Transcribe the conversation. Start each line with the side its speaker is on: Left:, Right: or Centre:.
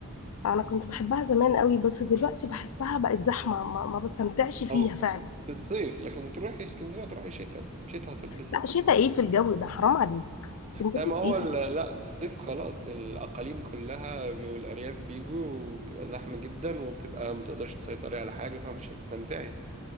Left: انا كنت بحبها زمان قوي بس دلوقتي بحسها بقت زحمة ما, ما بستمتعش فيها
Right: اه
Left: فعلا
Right: في الصيف لكن تروحي اسكندريه تروحي شتاء شتاء هتتبسط
Left: لا شتا ايه في الجو ده حرام عليك اسكندرية
Right: لا ما هو
Left: ايه في
Right: ال-
Left: الجو
Right: لا الصيف خلاص الأقاليم كلها بي- والأرياف بيجوا وبتبقى زحمة جدا وبتبقى متقدرش تسيطري على حاجة فمش هتستمتعي